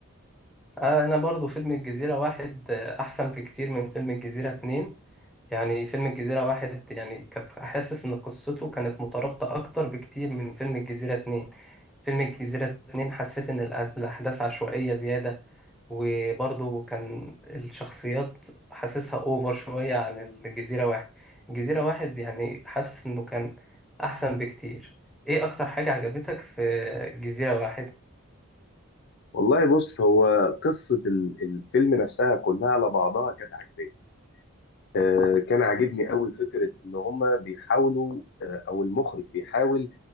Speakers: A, in the centre; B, on the left.
A: انا برضو فيلم الجزيرة واحد آه، احسن بكتير من فيلم الجزيرة اتنين يعني فيلم الجزيرة واحد يعني كنت حاسس إن قصته كانت مترابطة أكتر بكتير من فيلم الجزيرة اتنين فيلم الجزيرة اتنين حسيت إن الأ- الأحداث عشوائية زيادة وبرضه كان الشخصيات حاسسها أوفر شوية عن الجزيرة واحد الجزيرة واحد يعني حاسس إنه كان أحسن بكتير إيه أكتر حاجة عجبتك في الجزيرة واحد؟
B: والله بص هو قصه ال- الفيلم نفسها كلها على بعضها كانت عجباني آه، كان عاجبني قوي فكرة إن هما بيحاولوا آه، أو المخرج بيحاول